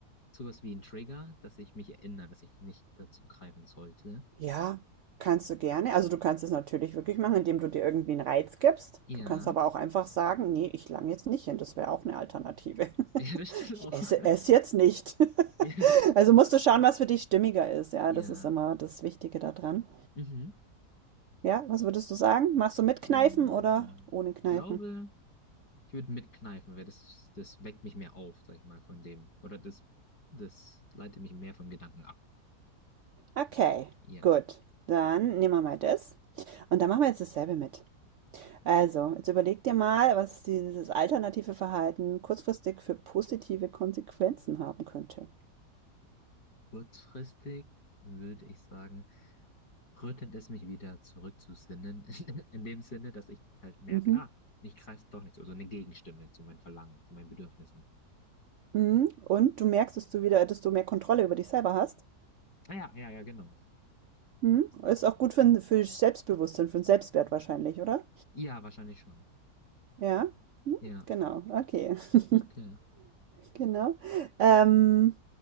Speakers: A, on the left; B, on the right.
A: sowas wie ein Trigger, dass ich mich erinnere, dass ich nicht dazu greifen sollte.
B: ja, kannst du gerne. Also du kannst es natürlich wirklich machen, indem du dir irgendwie einen Reiz gibst.
A: Ja,
B: Du kannst aber auch einfach sagen, nee, ich lang jetzt nicht hin. Das wäre auch eine Alternative.
A: <laughs> ja, das stimmt
B: Ich
A: auch.
B: esse
A: <laughs>
B: es jetzt nicht. <laughs>
A: Ja,
B: Also musst du schauen, was für dich stimmiger ist. Ja,
A: ja.
B: das ist immer das Wichtige daran.
A: mhm.
B: Ja, was würdest du sagen? Machst du mit Kneifen
A: Mm,
B: oder ohne
A: Ich
B: Kneifen?
A: glaube, ich würde mitkneifen, weil das, das weckt mich mehr auf, sag ich mal, von dem. Oder das, das leitet mich mehr vom Gedanken ab.
B: Okay,
A: Ja,
B: gut. Dann nehmen wir mal das. Und dann machen wir jetzt dasselbe mit. Also, jetzt überleg dir mal, was dieses alternative Verhalten kurzfristig für positive Konsequenzen haben könnte.
A: kurzfristig würde ich sagen. rüttelt es mich wieder zurück zu Sinnen, <laughs> in dem Sinne, dass ich halt merke,
B: Mhm.
A: ah, ich greife doch nicht so, so eine Gegenstimme zu meinen Verlangen, zu meinen Bedürfnissen.
B: Mhm. Und du merkst, dass du wieder, dass du mehr Kontrolle über dich selber hast.
A: Ah ja, ja, ja, genau.
B: Mhm. Ist auch gut für, ein- für Selbstbewusstsein, für den Selbstwert wahrscheinlich, oder?
A: Ja, wahrscheinlich schon.
B: Ja, Hm,
A: Ja,
B: genau, okay. <laughs>
A: okay.
B: Genau. Ähm,